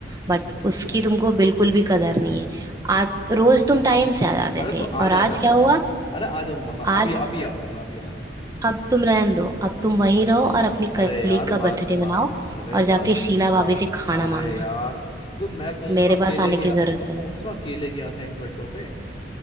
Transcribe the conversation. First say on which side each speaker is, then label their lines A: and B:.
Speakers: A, on the right; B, on the left.
A: बट उसकी तुमको बिल्कुल भी कदर नहीं है आज रोज तुम टाइम से आ जाते
B: अरे
A: थे
B: तो आज
A: और
B: आ
A: आज
B: जाऊंगा
A: क्या हुआ
B: ना अरे आ जाऊंगा मैं
A: आज
B: अभी अभी आ रहा हूँ मैं अभी आ रहा हूँ
A: अब तुम रहन दो अब तुम वहीं रहो और अपनी
B: अरे
A: कलीग
B: यार
A: का
B: बात
A: बर्थडे
B: बा,
A: मनाओ
B: बा, अरे
A: और
B: बात
A: जाके शीला
B: बा,
A: भाभी से खाना
B: अरे
A: मांगना
B: यार तो मैं कौन
A: मेरे
B: सा अकेले
A: पास आने
B: गया
A: की जरूरत
B: मैं कौन
A: नहीं है
B: सा अकेले गया था इन बड्डों पे